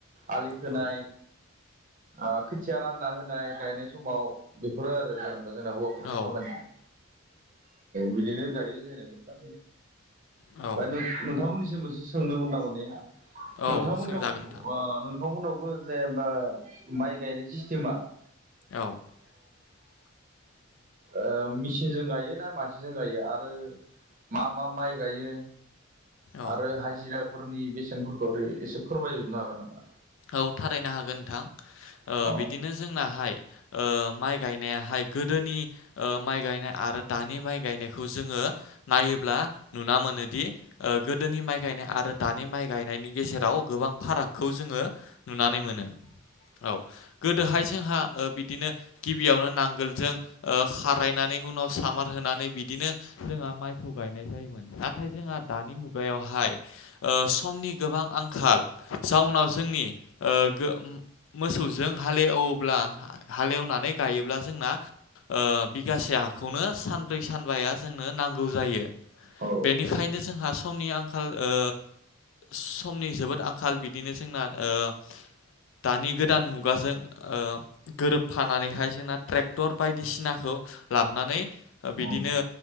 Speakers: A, on the right; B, on the left.
A: आलि खोनाय
B: औ
A: आ खोथिया रानना होनाय गायनाय समाव बेफोरो आरो जेनेबा जोंना हौवाफोरनि
B: औ
A: खामानिया बिदिनो गायो जेनेबा
B: औ
A: नोंथांमोननिसिम एसे <unintelligible> सोंनोमोन <unintelligible> थारमाने <unintelligible>
B: औ
A: नोंथांमोननियाव
B: सोंजागोन नोंथां
A: नोंथांमोनावबो जेनेबा माइ गायनाय सिस्टेमा
B: औ <unintelligible>
A: ओ मिचिनजों गायो ना मानसिजों गायो आरो मा मा माइ गायो
B: औ
A: आरो हाजिराफोरनि बेसेनफोरखौ ओरै एसे फोरमायजोबनो हागोन नामा
B: औ थारैनो हागोन नोंथां
A: औ
B: बिदिनो जोंनाहाय ओ माइ गायनायाहाय गोदोनि माइ गायनाय आरो दानि माइ गायनायखौ जोङो नायोब्ला नुना मोनोदि ओ गोदोनि माइ गायनाय आरो दानि माइ गायनायनि गेजेराव गोबां फारागखौ जोङो नुनानै मोनो औ गोदोहाय जोंहा ओ बिदिनो गिबियावनो नांगोलजों ओ खारायनानै उनाव सामार होनानै बिदिनो जोंहा माइ गायनाय जायोमोन नाथाय जोंहा दानि मुगायाव बेहाय ओ समनि गोबां आंखाल जाउनाव जोंनि ओ मोसौजों हालेवोब्ला हालेवनानै गायोब्ला जोंना ओ बिगासे हाखौनो सानब्रै सानबाया जोंनो नांगौ जायो
A: औ
B: बेनिखायनो जोंहा समनि आंखाल ओ समनि जोबोद आंखाल बिदिनो जोंना ओ दानि गोदान मुगाजों ओ गोरोबफानानैहाय जोंना ट्रेक्टर बायदिसिनाखौ लाबोनानै
A: औ
B: बिदिनो